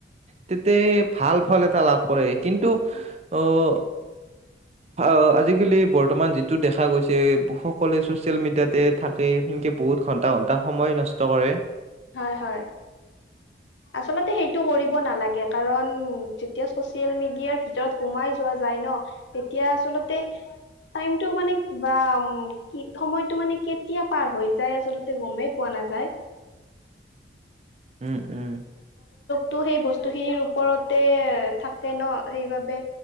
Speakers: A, on the right; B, on the left.
A: তেতে ভাল ফল এটা লাভ কৰে কিন্তু আহ অ আজিকালি বৰ্তমান যি টো দেখা গৈছে সকলোৱে ছচিয়েল মিডিয়াতে থাক সনকে বহুত ঘন্টা ঘন্টা সময় নষ্ট কৰে।
B: হয় হয় আচলতে সেইটো কৰিব নেলাগে কাৰণ যেতিয়া চচিয়াল মেডিয়া ভিতৰত সোমাই যোৱা যাই ন তেতিয়া আচলতে টাইমটো মানে বা সময় টো মানে কেতিয়া পাৰ হৈ যায় আচলতে গমেই পোৱা নাযায়।
A: উম উম
B: তো সেই বস্তুখিনিৰ ওপৰতে থাকে ন সেইবাবে